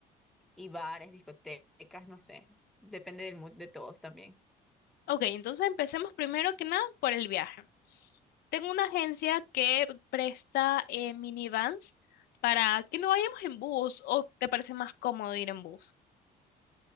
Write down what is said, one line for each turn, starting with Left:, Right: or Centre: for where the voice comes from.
Centre: y bares, discotecas, no sé. Depende del mood de todos también.
Left: Ok, entonces empecemos primero que nada por el viaje. Tengo una agencia que presta eh, minivans para que no vayamos en bus o te parece más cómodo ir en bus.